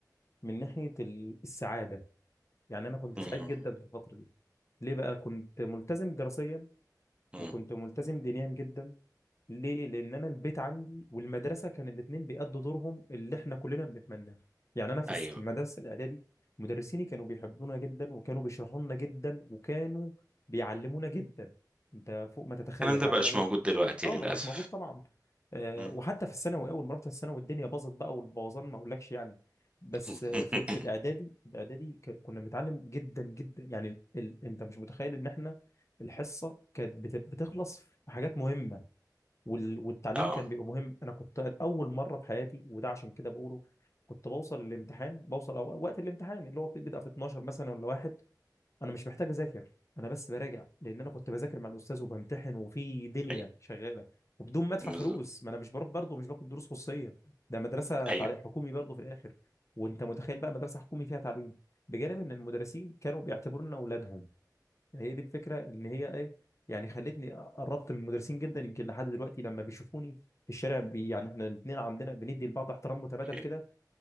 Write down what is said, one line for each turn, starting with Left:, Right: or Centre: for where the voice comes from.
Left: من ناحيه ال- السعاده يعني انا كنت
Right: مم.
Left: سعيد جدا في الفتره دي ليه بقى كنت ملتزم دراسيا
Right: مم.
Left: وكنت ملتزم دينيا جدا ليه؟ لأن أنا البيت عندي والمدرسة كان الاتنين بيأدوا دورهم اللي إحنا كلنا بنتمناه يعني أنا في
Right: ايوه
Left: الس- في المدرسة الإعدادي مدرسيني كانوا بيحبونا جدا وكانوا بيشرحوا لنا جدا وكانوا بيعلمونا جدا أنت فوق ما تتخيل
Right: الكلام ده
Left: يعني
Right: بقاش
Left: أنا ممكن
Right: موجود دلوقتي
Left: أه
Right: للأسف
Left: ما بقاش موجود طبعا أه
Right: مم.
Left: وحتى في الثانوي أول ما رحت الثانوي الدنيا باظت بقى والبوظان ما أقولكش يعني بس
Right: <laughs>
Left: آه، في في الإعدادي الإعدادي ك- كنا بنتعلم جدا جدا يعني ال... أنت مش متخيل إن إحنا الحصه كانت بت- بتخلص في حاجات مهمه وال- والتعليم
Right: اه
Left: كان بيبقى مهم انا كنت اول مره في حياتي وده عشان كده بقوله كنت بوصل الامتحان بوصل أو وقت الامتحان اللي هو بيبدا في 12 مثلا ولا واحد انا مش محتاج اذاكر انا بس براجع لان انا كنت بذاكر مع الاستاذ وبمتحن وفي دنيا
Right: ايوه
Left: شغاله وبدون ما ادفع
Right: بالظبط
Left: فلوس ما انا مش بروح برضه مش باخد دروس خصوصيه ده مدرسه
Right: ايوه
Left: تعليم حكومي برضه في الاخر وانت متخيل بقى مدرسه حكومي فيها تعليم بجانب ان المدرسين كانوا بيعتبرونا اولادهم هي دي الفكره ان هي ايه يعني خلتني قربت من المدرسين جدا يمكن لحد دلوقتي لما بيشوفوني في الشارع بي يعني احنا الاثنين عندنا بندي لبعض احترام متبادل
Right: أوكي.
Left: كده